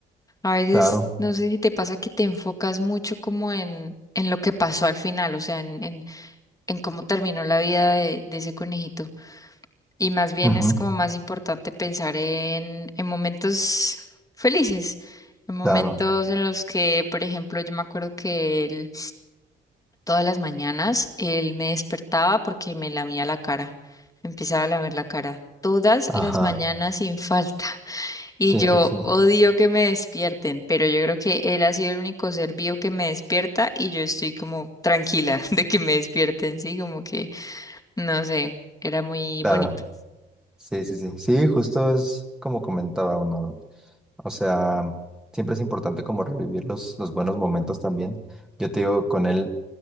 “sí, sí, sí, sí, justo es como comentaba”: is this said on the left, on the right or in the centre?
Centre